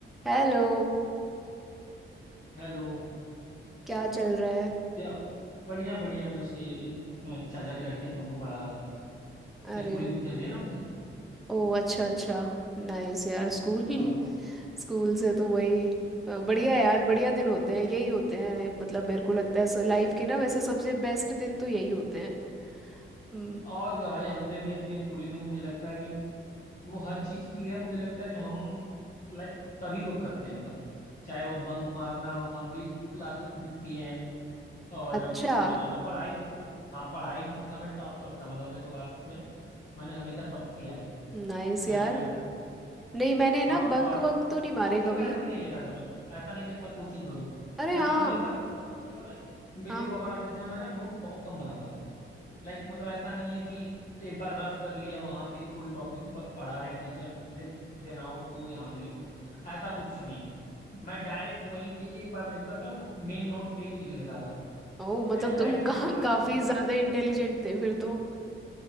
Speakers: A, in the centre; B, on the left (about 40°).
A: Hello
B: Hello
A: क्या चल रहा है
B: क्या बढ़िया बढ़िया बस यही अभी अ, चाचा के लड़के थे उनको पढ़ा रहा था मैं
A: अरे
B: स्कूलिंग चल रही है ना उनकी
A: ओ अच्छा अच्छा नाइस यार स्कूल
B: हाँ
A: <laughs> स्कूल से तो वही अ, बढ़िया यार बढ़िया दिन होते हैं यही होते हैं मतलब मेरे को लगता है सर लाइफ के ना वैसे सबसे बेस्ट दिन तो यही होते हैं हम्म,
B: और क्या भाई हमने भी अपने स्कूलिंग में मुझे लगता है कि वो हर चीज़ की है मुझे लगता है जो हम लाइक सभी लोग करते हैं मतलब चाहे वो बंक मारना हो हम भी क्लासेस मिस किए हैं और
A: अच्छा
B: अ, क्या नाम है पढ़ाई तो हाँ पढ़ाई में भी देखा मैं टॉप पर था मतलब अपने क्लास में मैंने हमेशा टॉप किया है
A: नाइस
B: एंड
A: यार नहीं मैंने ना
B: हाँ
A: बंक
B: और
A: वंक तो नहीं
B: कोचिंग
A: मारे कभी
B: वगैरह कभी नहीं लेता था मैं ऐसा नहीं था कि मैं कोचिंग करूँ
A: अरे
B: मैं
A: हाँ
B: ना हमेशा और एक चीज और है मेरी
A: हाँ
B: एक और आदत थी ना मैं ना नोट्स बहुत कम बनाता था लाइक मतलब ऐसा नहीं है कि एक बार रफ कर लिया वहां पे कोई टॉपिक पढ़ा रहे हैं टीचर देन देन आओ उसको यहाँ पे लिखो ऐसा कुछ नहीं है मैं डायरेक्ट वहीं पे एक बार लिखता था वो मेन नोट पे ही लिख लेता था
A: ओ मतलब
B: चाहे राइटिंग
A: तुम <laughs> का,
B: थोड़ा सा
A: काफी
B: होता था
A: ज्यादा इंटेलिजेंट थे फिर तो